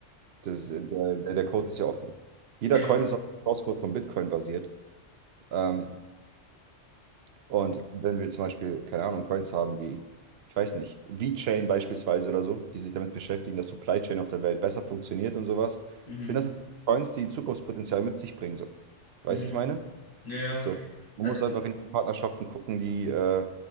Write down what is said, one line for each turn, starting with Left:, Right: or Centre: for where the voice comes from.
Right: Das, der, der der Code ist ja offen. Jeder
Left: ja,
Right: Coin ist auf dem Source Code von Bitcoin basiert. Ähm, und wenn wir zum Beispiel, keine Ahnung, Coins haben wie, ich weiß nicht, VeChain beispielsweise oder so, die sich damit beschäftigen, dass Supply Chain auf der Welt besser funktioniert und sowas,
Left: mhm,
Right: sind das natürlich Coins, die Zukunftspotenzial mit sich bringen. So. Weißt
Left: mhm,
Right: du, ich meine?
Left: ja, ja.
Right: So. Man
Left: Äh,
Right: muss einfach in die Partnerschaften gucken, die, äh,